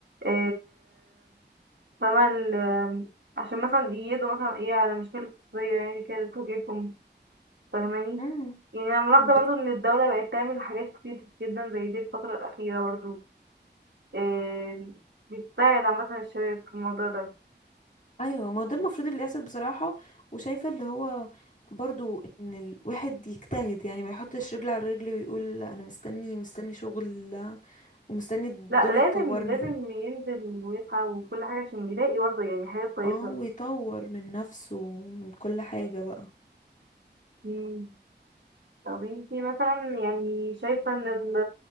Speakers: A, on the right; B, on the left.
A: إيه فما ال- عشان مثلا يقضوا مثلا ايه على مشاكل اقتصاديه يعني كده بتواجههم فاهماني
B: امم
A: يعني انا ملاحظه
B: ب...
A: برضه ان الدوله بقت تعمل حاجات كتير جدا زي دي الفتره الاخيره برضه إيه بتساعد عامه الشباب في الموضوع ده
B: ايوه ما هو ده المفروض اللي يحصل بصراحة وشايفة اللي هو برضو ان الواحد يجتهد يعني ما يحطش رجل على رجل ويقول انا مستني مستني شغل ومستني الدنيا
A: لا لازم
B: تطورني
A: لازم ينزل ويسعى وكل حاجة عشان يلاقي برضه يعني حاجة كويسة
B: اه ويطور من نفسه من كل حاجة بقى
A: مم. طب انتي مثلا يعني شايفة ان ال-